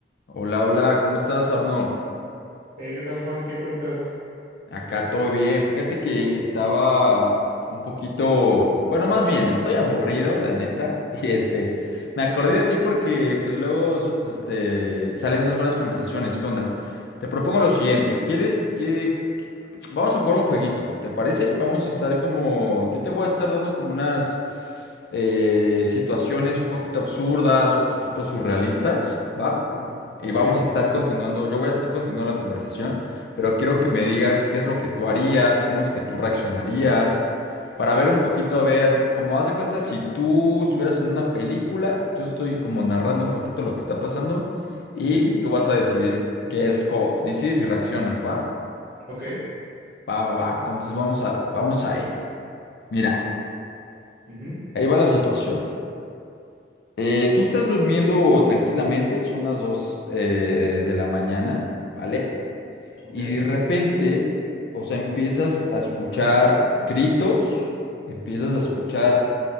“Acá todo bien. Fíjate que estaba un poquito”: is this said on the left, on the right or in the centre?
Left